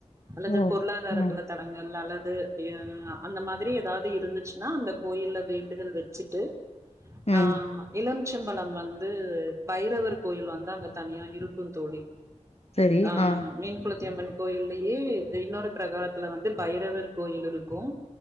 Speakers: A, on the right (about 25°); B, on the left (about 55°).
A: அல்லது
B: ஓ!
A: பொருளாதாரத்துல
B: ம்,
A: தடங்கள் அல்லது து அ அந்த மாதிரி எதாவது இருந்துச்சுன்னா அந்த கோயில்ல வேண்டுதல் வெச்சுட்டு
B: ம்.
A: ஆஹ் இல்லங் திருச்சம்பழம் வந்து பைரவர் கோயில் வந்து அங்க தனியா இருக்கும் தோழி
B: சரி.
A: ஆஹ்
B: ஆ.
A: மீன் குளத்தி அம்மன் கோயில்லயே இன்னொரு பிரகாரத்துல வந்து பைரவர் கோயில் இருக்கும்